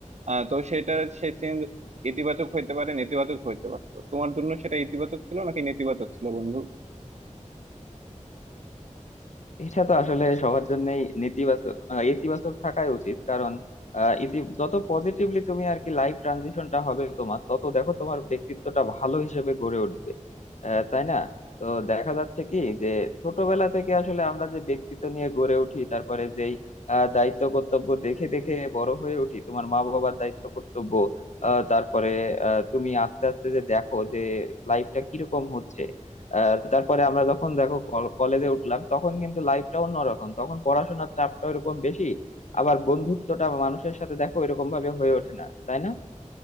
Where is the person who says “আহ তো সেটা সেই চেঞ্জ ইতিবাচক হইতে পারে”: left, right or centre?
Right